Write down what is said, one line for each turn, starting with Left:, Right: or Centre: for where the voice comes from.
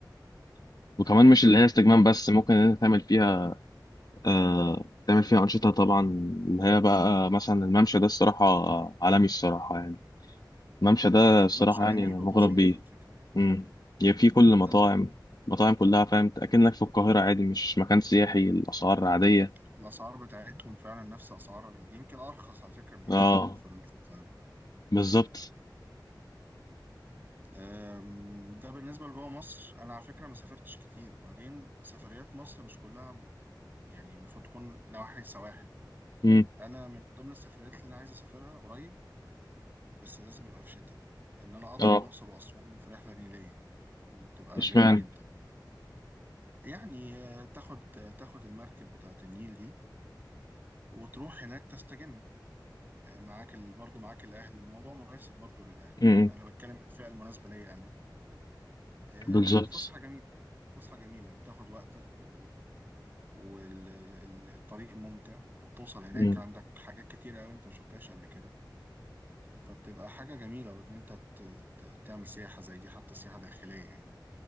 Left: وكمان
Right: آه،
Left: مش اللي هي استجمام بس ممكن ان انت تعمل فيها آه... تعمل فيها انشطه طبعا اللي هي بقى مثلا الممشى ده الصراحه عالمي الصراحه يعني الممشى ده
Right: الممشى
Left: الصراحه
Right: جميل
Left: يعني انا مغرم
Right: وبسيط
Left: بيه
Right: على فكرة يعني
Left: امم يعني في كل المطاعم
Right: ده, ده
Left: المطاعم كلها فاهم اكنك في القاهره عادي مش مكان سياحي الاسعار عاديه
Right: الأسعار بتاعتهم فعلا نفس أسعار ال- يمكن أرخص على فكرة من هنا
Left: اه
Right: كمان في ال- في القاهرة
Left: بالظبط
Right: آم، ده بالنسبة لجوه مصر أنا على فكرة ما سافرتش كتير وبعدين سفريات مصر مش كلها يعني المفروض تكون نواحي السواحل
Left: امم
Right: انا من ضمن السفريات اللي عايز اسافرها قريب بس لازم يبقى في شتاء ان انا اطلع
Left: اه
Right: الاقصر واسوان في رحله نيليه م، تبقى
Left: اشمعنى
Right: جميله جدا يعني آه، تاخد آه، تاخد المركب بتاعه النيل دي وتروح هناك تستجم آه، معاك ال... برضه معاك الاهل الموضوع مناسب برضه للاهل
Left: امم
Right: يعني انا بتكلم عن الفئه المناسبه ليا انا آه،
Left: بالظبط
Right: فسحه جميله فسحه جميله بتاخد وقتك و... والطريق ممتع وبتوصل هناك
Left: امم
Right: عندك حاجات كتيرة أوي أنت ما شفتهاش قبل كده فبتبقى حاجة جميلة وإن أنت ت- ت- تعمل سياحة زي دي حتى سياحة داخلية يعني